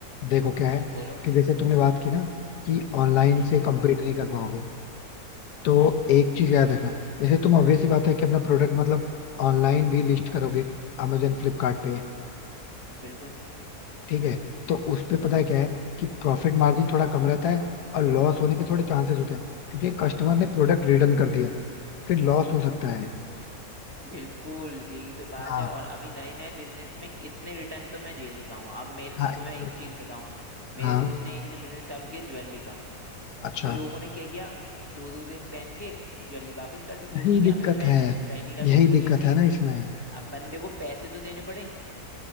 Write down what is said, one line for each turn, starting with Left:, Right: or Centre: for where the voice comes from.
Left: देखो क्या है
Right: बोलो
Left: कि जैसे तुमने बात की ना कि ऑनलाइन
Right: हम्म
Left: से कम्पीट नहीं कर पाओगे तो
Right: हम्म
Left: एक चीज याद रखना जैसे तुम ऑब्वियस सी बात है कि अपना प्रोडक्ट मतलब ऑनलाइन भी लिस्ट करोगे अमेजन फ्लिपकार्ट पे
Right: बिल्कुल
Left: ठीक है तो उस पे पता है क्या है कि प्रॉफिट मार्जिन थोड़ा कम रहता है और लॉस होने के थोड़े चांसेस होते हैं क्योंकि कस्टमर ने प्रोडक्ट रिटर्न कर दिया फिर लॉस हो सकता है
Right: बिल्कुल यही तो बात
Left: हाँ
Right: है और अभी नए नए बिजनेस में इतने रिटर्न तो मैं झेल नहीं पाऊंगा अब मेरे
Left: हाँ
Right: तुम्हें
Left: एग्जैक्टली
Right: एक चीज बताऊं मेरे
Left: हाँ
Right: दोस्त ने एक ने बिजनेस चालू किया ज्वेलरी का
Left: अच्छा
Right: तो लोगों ने क्या किया दो दो दिन पहन के ज्वेलरी वापस कर दी बोल
Left: यही
Right: दी कि
Left: दिक्कत
Right: हमें पहन
Left: है
Right: सही नहीं लग
Left: यही
Right: रही वो नहीं
Left: दिक्कत
Right: हो रही
Left: है ना इसमें
Right: अब बंदे को पैसे तो देने पड़े